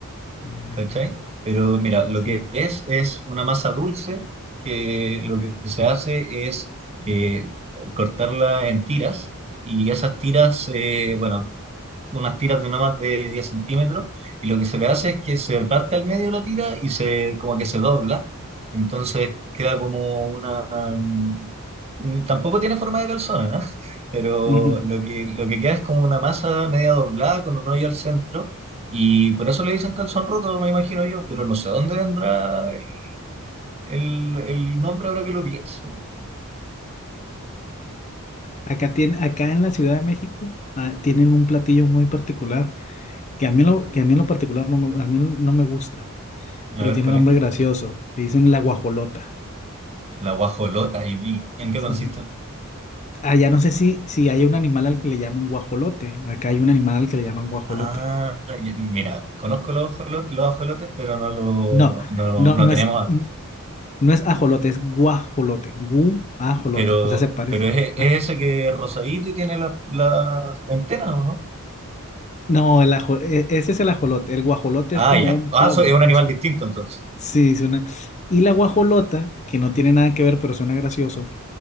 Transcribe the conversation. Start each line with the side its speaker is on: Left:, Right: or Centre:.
Left: Mm,
Right: ¿cachai? Pero mira, lo
Left: sí,
Right: que es es una masa dulce que
Left: ok.
Right: lo que se hace es eh, cortarla en tiras y esas tiras, eh, bueno, unas tiras de no más de 10 centímetros, y lo que se le hace es que se parte al medio la tira y se como que se dobla, entonces queda como una... mm, Tampoco tiene forma de calzona, ¿eh? <laughs> Pero
Left: Ujú.
Right: lo que, lo que queda es como una masa media doblada con un hoyo al centro, y por eso le dicen calzón roto, me imagino yo, pero no sé dónde vendrá el, el- el nombre ahora que lo pienso.
Left: Acá, tiene, acá en la Ciudad de México ah, tienen un platillo muy particular que a mí, lo, que a mí en lo particular no me, a mí no me gusta,
Right: A
Left: pero
Right: ver
Left: tiene
Right: cuál
Left: un nombre
Right: es.
Left: gracioso. Le dicen la guajolota.
Right: La guajolota y vi. ¿En qué
Left: Sí.
Right: consiste?
Left: Allá no sé si, si hay un animal al que le llamen guajolote. Acá hay un animal al que le llaman guajolote.
Right: Ah, y- mira, conozco los ajolotes, los ajolotes, pero no lo
Left: No,
Right: no, lo-
Left: no,
Right: no
Left: no
Right: tenemos
Left: es.
Right: acá.
Left: No es ajolote, es guajolote. Guajolote,
Right: Pero,
Left: o sea, se parece.
Right: pero es,
Left: Ajá.
Right: es ese que es rosadito y tiene las las antenas, ¿o no?
Left: No, el ajo, e- ese es el ajolote. El guajolote
Right: Ah,
Left: es como
Right: ya.
Left: un
Right: Ah,
Left: pavo.
Right: so- es un animal
Left: Es que,
Right: distinto entonces.
Left: sí, suena. Y la guajolota, que no tiene nada que ver, pero suena gracioso,